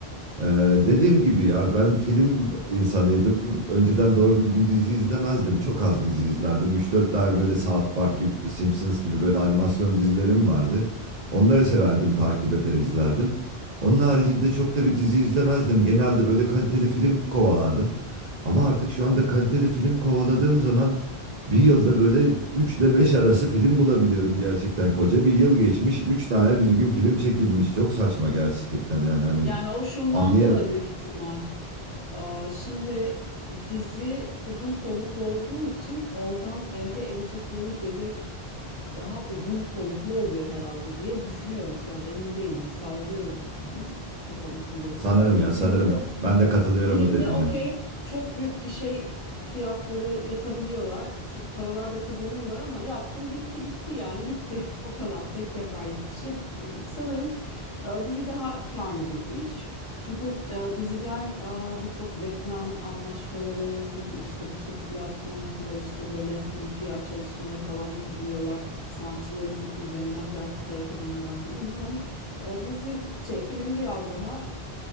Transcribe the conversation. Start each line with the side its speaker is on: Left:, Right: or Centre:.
Right: Ee, dediğim gibi ya ben film insanıydım. Önceden doğru düzgün dizi izlemezdim. Çok az dizi izlerdim. Üç dört tane böyle South Park gibi, Simpsons gibi böyle animasyon dizilerim vardı. Onları severdim, takip eder izlerdim. Onun haricinde çok da bir dizi izlemezdim. Genelde böyle kaliteli film kovalardım. Ama artık şu anda kaliteli film kovaladığım zaman bir yılda böyle 3 ile 5 arası film bulabiliyorum gerçekten. Koca bir yıl geçmiş, 3 tane düzgün film çekilmiş. Çok saçma gerçekten yani hani
Left: Yani o şundan
Right: Anlayam
Left: dolayı büyük ihtimal. Aa, Şimdi dizi uzun soluklu olduğu için oradan elde edecekleri gelir daha uzun soluklu oluyor herhalde diye düşünüyorum şu an. Emin değilim. Sallıyorum yani kafamı kullanarak.
Right: sanırım
Left: Hani
Right: ya
Left: filmde
Right: sanırım. Ben de katılıyorum
Left: filmde
Right: bu dediğine.
Left: okey çok büyük gişe fiyatları yapabiliyorlar. Çok paralar da kazanıyorlar ama yaptım bitti bitti yani gitti. <laughs> O kadar tek seferlik bir şey. Ee, Sanırım e, dizi daha karlı bir iş. Çünkü e, diziden e, birçok reklam anlaşmaları gibi işte birçok platformda işte böyle hani PR çalışmaları falan yapabiliyorlar. Sanatçılar üz- üzerinden belki para kazanıyorlar da bilmiyorum ama e, dizi şey film biraz daha